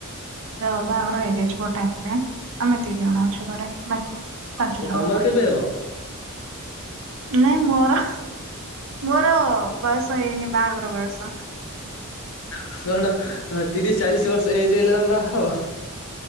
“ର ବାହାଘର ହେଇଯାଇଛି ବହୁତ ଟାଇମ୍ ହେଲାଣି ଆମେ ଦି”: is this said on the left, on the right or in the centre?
Right